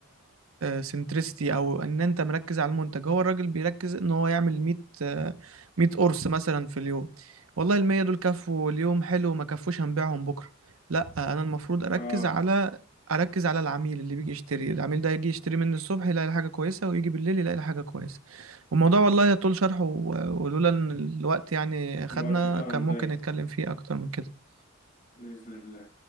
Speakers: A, on the right; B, on the left.
A: سنترستي او ان انت مركز على المنتج هو الراجل بيركز ان هو يعمل 100 آه، 100 قرص مثلا في اليوم والله المية دول كفوا اليوم حلو ما كفوش هنبيعهم بكرة لا انا المفروض اركز
B: اه
A: على اركز على العميل اللي بيجي يشتري العميل ده يجي يشتري مني الصبح يلاقي حاجة كويسة ويجي بالليل يلاقي حاجة كويسة والموضوع والله يطول شرحه و- ولولا ان الوقت يعني خدنا
B: الوقت فعلا
A: كان ممكن
B: ضيق
A: نتكلم فيه اكتر من كده
B: بإذن الله